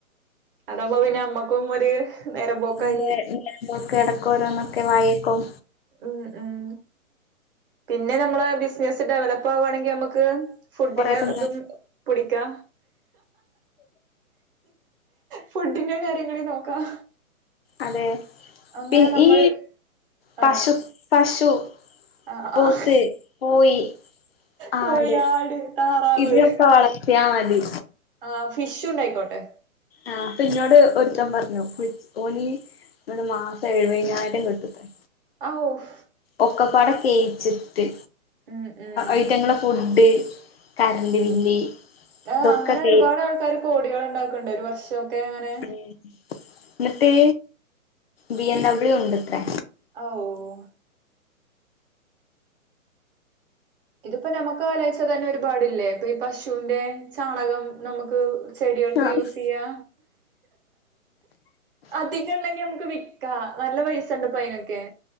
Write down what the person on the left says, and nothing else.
അതെ നേരമ്പോക്ക് ഇടക്ക് ഓരോന്ന് ഒയൊക്കെ വായിക്കും
കൊറേ തിന്ന്
അതെ
പി
ഈ പശു
പശു
പോത്ത്
പോയി
ആട്
ഇതൊക്കെ വളർത്തിയാ മതി.
ആ എന്നോട് ഒരുത്തൻ പറഞ്ഞു ഒലി
ഒരു മാസം എഴുപതിനായിരം കിട്ടുവത്രെ
ഒക്കപ്പാടെ കെ <unintelligible> യിച്ചിട്ട്
ഐറ്റങ്ങളെ ഫുഡ് കറണ്ട് ബില്ല്
ഇതൊക്കെ
കേ
ഉം എന്നിട്ട് ബി എൻ ഡബ്യു ഉണ്ട് അത്രേ
ആഹ്